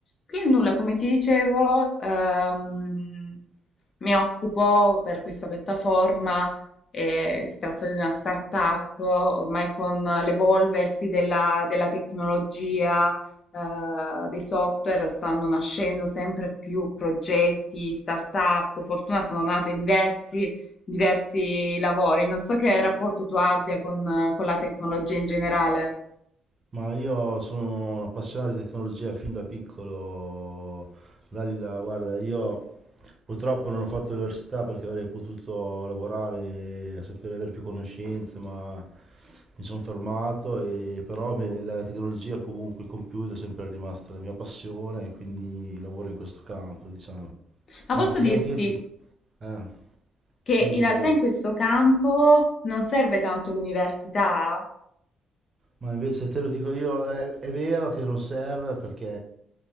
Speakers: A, on the left; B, on the right.
A: Quindi nulla, come ti dicevo, ehm, mi occupo per questa piattaforma, eh, si tratta di una startup, ormai con l'evolversi della, della tecnologia, eh, dei software, stanno nascendo sempre più progetti, startup, fortuna sono nate diversi, diversi lavori, non so che rapporto tu abbia con con la tecnologia in generale.
B: Ma io sono un appassionato di tecnologia fin da piccolo. Dalila, guarda, io purtroppo non ho fatto l'università perché avrei potuto lavorare, sapere avere più conoscenze, ma mi sono fermato e però me- la tecnologia, comunque il computer è sempre rimasta la mia passione e quindi lavoro in questo campo, diciamo.
A: Ma
B: Anzi,
A: posso dirti,
B: io anche io ti... Eh,
A: Che
B: dimmi,
A: in
B: dimmi
A: realtà
B: pure.
A: in questo campo non serve tanto l'università.
B: Ma invece te lo dico io, è, è vero che non serve perché